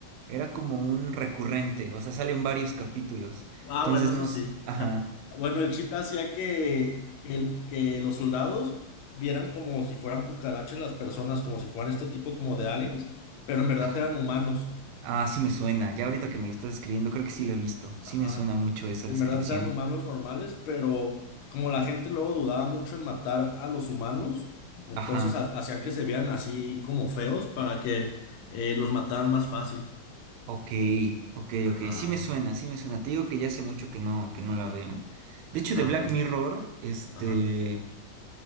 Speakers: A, on the right; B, on the left.
A: era como un recurrente. O sea, salen varios capítulos.
B: Ah,
A: Entonces
B: bueno, eso
A: nos.
B: sí.
A: Ajá.
B: <laughs> Bueno, el chip hacía que, el, que los soldados vieran como si fueran cucarachas las personas, como si fueran este tipo como de aliens, pero en verdad
A: ajá.
B: eran humanos.
A: Ah, sí me suena. Ya ahorita que me lo estás escribiendo, creo que sí lo he visto. Sí
B: Ajá.
A: me suena mucho esa
B: En
A: descripción.
B: verdad eran humanos normales, pero como la gente luego dudaba mucho en matar a los humanos, entonces
A: Ajá.
B: ha- hacían que se vean así como feos para que eh, los mataran más fácil.
A: Ok, ok,
B: Ajá.
A: ok. Sí me suena, sí me suena. Te digo que ya hace mucho que no, que no la veo. De
B: Está
A: hecho, de Black
B: bueno.
A: Mirror, este,
B: Ajá.